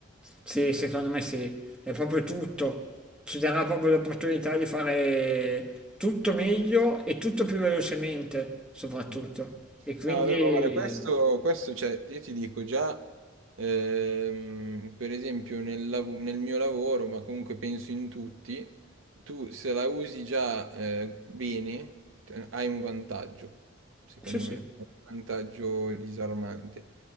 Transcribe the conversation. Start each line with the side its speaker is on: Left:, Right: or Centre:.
Centre: Sì, secondo me sì, è proprio tutto. Ci darà proprio l'opportunità di fare tutto meglio e tutto più velocemente, soprattutto.
Right: Mm.
Centre: E quindi
Right: No, vabbè, ma guarda, questo, questo, cioè, io ti dico già, ehm, per esempio, nel, lav- nel mio lavoro, ma comunque penso in tutti, tu se la usi già eh, bene, eh, hai un vantaggio, secondo
Centre: sì, sì.
Right: me, è un vantaggio disarmante.